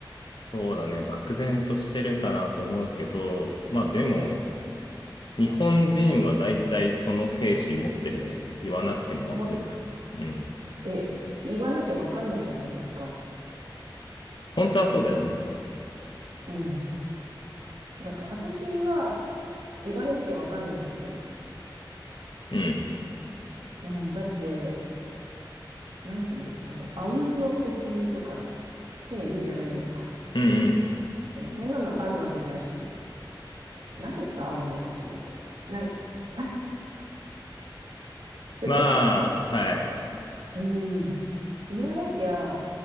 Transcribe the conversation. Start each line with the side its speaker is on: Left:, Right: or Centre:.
Left: そうだね。漠然としてるかなと思うけど、まあでも、日本人は大体その精神持ってるよね。言わなくてもわかるじゃん。
Right: も、
Left: うん。
Right: え、言わなきゃわかんないじゃないですか。
Left: 本当はそうだよね。
Right: うん。なんか、私は言われなきゃわかんないんですよ。
Left: うん。
Right: うん。だって、なんて言うんですかね。あうんの呼吸とかね、言うじゃないですか。
Left: うんうん。
Right: え、そんなのあるわけないし。何ですかあうんの呼吸って。ない。<laughs> で、
Left: まあ、
Right: 大体
Left: はい。
Right: うん。言わなきゃ